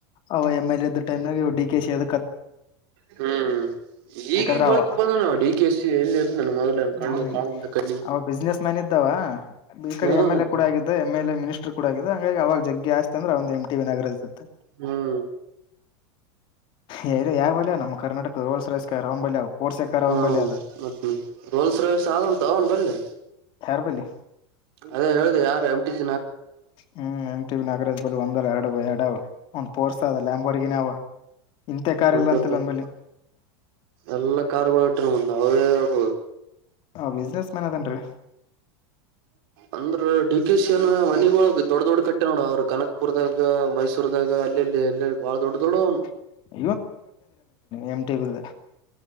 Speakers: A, on the left; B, on the right.
A: ಅವ ಎಂ ಎಲ್ ಇದ್ದ ಟೈಮ ಡಿಕೆಶಿ <unintelligible>
B: ಹ್ಮಾ ಈಗೀಗ್
A: ಯಾಕಂದ್ರ
B: <unintelligible>
A: ಅವ
B: ಬಂದಾನು ಡಿ ಕೆ ಶಿ ಸಿ ಎಲ್ಲಿ <unintelligible> ನಾನ ಮೊದಲ <unintelligible>
A: ಹ್ಮ್ ಅವ ಬಿಸ್ನೆಸ್ ಮ್ಯಾನ್ ಇದ್ದಾವ ಈ ಕಡೆ
B: ಹ್ಮ್
A: ಎಂ ಎಲ್ ಎ ಕೂಡ ಆಗಿದೆ ಎಮ್ ಎಲ್ ಎ ಮಿನಿಸ್ಟರ್ ಕೂಡ ಅಗಿದ್ದ ಹಂಗಾಗಿ ಅವಾಗ ಜಗ್ಗಿ ಆಸ್ತಿ ಅಂದ್ರೆ ಅವಂದ್ ಎಂಟಿಭಿ ನಗರ <unintelligible> <unintelligible>
B: ಹ್ಮ್
A: ಯಾರ್ <unintelligible> ನಮ್ಮ ಕರ್ನಾಟಕ ರೋಲ್ಸ್ ರೈಸ್ ಕಾರ್ ಅವನ್ ಬಲ್ಯ ಫೋರ್ಸ್ ಕಾರ್
B: ಹಾ
A: ಅವನ್ ಬಲ್ಯ ಅದು
B: ಮತ್ತೆ ರೋಲ್ಸರಾಯ್ಸ ಆದಂತೋ ಅವನ್ ಬಳಿ <unintelligible>
A: ಯರ್ ಬಲ್ಲಿ
B: ಅದೇ ಹೇಳುದು ಯಾರ್ ಎಂಟಿ <unintelligible>
A: ಹ್ಮ್ ಎಂ ಟಿ ಸಿ ನಗರಜ್ ಬಳಿ ಒಂದಲ್ಲ ಎರಡಾವ ಎರಡ ಅವ ಒಂದ ಪೋರ್ಸ್ ಅದ ಲಂಬರ್ಗಿನಿ ಅವ ಇಂತೆ ಕಾರ್
B: <unintelligible>
A: ಇಲ್ಲ ಅಂತಲ್ಲ ಅವನ್ ಬಲ್ಲಿ
B: ಎಲ್ಲಾ ಕಾರ್ರ್ಗಳು <unintelligible>
A: ಹ ಬಿಸ್ನೆಸ್ ಮ್ಯಾನ್ ಅದಾನ್ರಿ
B: ಅಂದ್ರ ಡಿ ಕೆ ಶಿ ಮನಿ ದೊಡ್ಡ ದೊಡ್ ಕಟ್ಟನ್ ನೋಡ ಅವ್ರ ಕನಕ್ <unintelligible> ಪುರದಾಗ ಮೈಸೂರದಾಗ ಅಲ್ಲೆಲ್ಲಿ ಎಲ್ಲಲ್ಲಿ ಬಾಳೊಡ್ಡ ದೊಡ್ಡ ಅವ್ನು
A: <inaudible> ಎಂ ಟಿ ಬಿ ದು